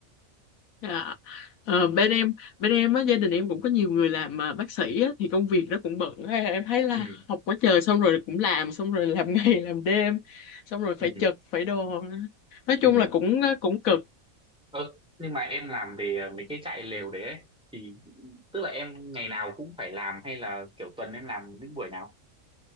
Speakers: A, on the left; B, in the centre.
A: dạ Ờ, bên em bên em á gia đình em cũng có nhiều người làm ờ, bác sĩ á, thì công việc nó cũng bận Hay là em thấy là
B: ừ
A: học quá trời xong rồi cũng làm xong rồi làm <laughs> ngày làm đêm xong rồi phải
B: ừ
A: trực phải đồ nói
B: ừ
A: chung là cũng ờ, cũng cực
B: ơ nhưng mà em làm về ờ, mấy cái trại lều đấy ấy, thì tức là em ngày nào cũng phải làm hay là kiểu tuần em làm những buổi nào